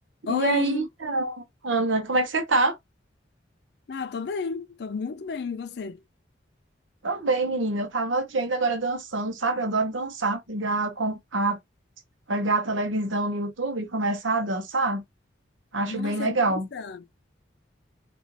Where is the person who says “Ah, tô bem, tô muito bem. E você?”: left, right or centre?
Left